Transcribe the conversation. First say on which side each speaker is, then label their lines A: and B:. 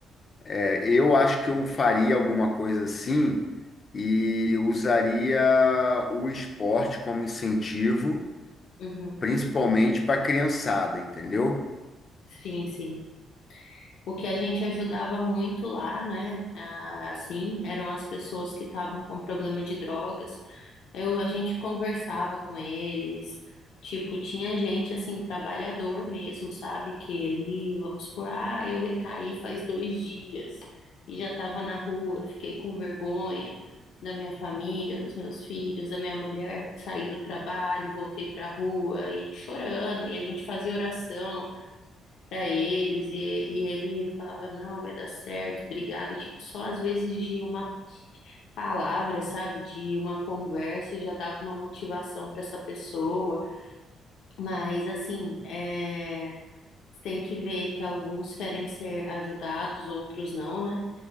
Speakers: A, on the left; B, on the left.
A: é, eu acho que eu faria alguma coisa assim e usaria o esporte como incentivo
B: Uhum.
A: principalmente para a criançada, entendeu?
B: Sim, sim. O que a gente ajudava muito lá, né? ah, Assim, eram as pessoas que estavam com problema de drogas. Eu, a gente conversava com eles. Tipo, tinha gente assim, trabalhador mesmo, sabe? Que ele, vamos supor, ah, eu recaí faz dois dias e já estava na rua, fiquei com vergonha da minha família, dos meus filhos, da minha mulher, saí do trabalho, voltei para a rua e chorando, e a gente fazia oração para eles e, e ele falava, não, vai dar certo, obrigado. Tipo, só às vezes de uma palavra, sabe, de uma conversa já dava uma motivação para essa pessoa. Mas assim, é, tem que ver que alguns querem ser ajudados, outros não, né?